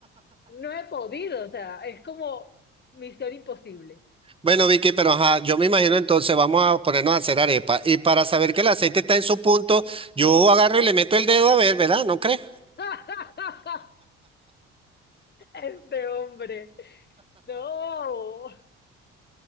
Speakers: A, on the left (about 35°); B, on the right (about 20°).
A: No he podido, o sea, es como misión imposible.
B: Bueno, Vicky, pero ajá, yo me imagino entonces vamos a ponernos a hacer arepa. Y para saber que el aceite está en su punto, yo agarro y le meto el dedo a ver, ¿verdad? ¿No crees?
A: <laughs> Este hombre. No.